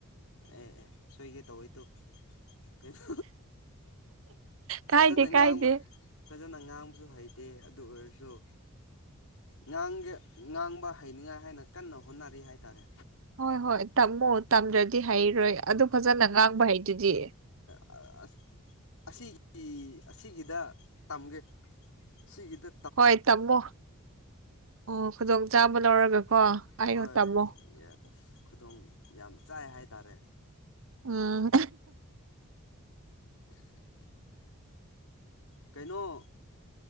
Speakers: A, on the left; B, on the right.
A: ꯑꯦ ꯑꯦ ꯁꯣꯏꯒꯦ ꯇꯧꯋꯦ ꯇꯨ ꯀꯩꯅꯣ
B: ꯀꯥꯏꯗꯦ
A: ꯐꯖꯅ
B: ꯀꯥꯏꯗꯦ
A: ꯉꯥꯡꯕ <unintelligible> ꯐꯖꯅ ꯉꯥꯡꯕꯖꯨ ꯍꯩꯇꯦ ꯑꯗꯨ ꯑꯣꯏꯔꯖꯨ ꯑꯗꯣ ꯉꯥꯡꯒꯦ ꯉꯥꯡꯕ ꯍꯩꯅꯤꯡꯉꯥꯏ ꯍꯥꯏꯅ ꯀꯟꯅ ꯍꯣꯠꯅꯔꯤ ꯍꯥꯏꯇꯥꯔꯦ
B: ꯍꯣꯏ ꯍꯣꯏ ꯇꯝꯃꯨ ꯇꯝꯗ꯭ꯔꯗꯤ ꯍꯩꯔꯣꯏ ꯑꯗꯨꯛ ꯐꯖꯅ ꯉꯥꯡꯕ ꯍꯩꯗꯨꯗꯤ
A: ꯑ ꯑꯁꯤꯒꯤ ꯑꯁꯤꯒꯤꯗ ꯇꯝꯒꯦ ꯑꯁꯤꯒꯤꯗ
B: ꯍꯣꯏ ꯇꯝꯃꯣ ꯑꯣ ꯈꯨꯗꯣꯡꯆꯥꯥꯕ ꯂꯧꯔꯒꯀꯣ ꯑꯩꯌꯣ
A: ꯍꯣꯏ
B: ꯇꯝꯃꯣ
A: ꯌꯦꯁ ꯈꯨꯗꯣꯡ ꯌꯥꯝ ꯆꯥꯏ ꯍꯥꯏꯇꯥꯔꯦ
B: ꯎꯝ
A: ꯀꯩꯅꯣ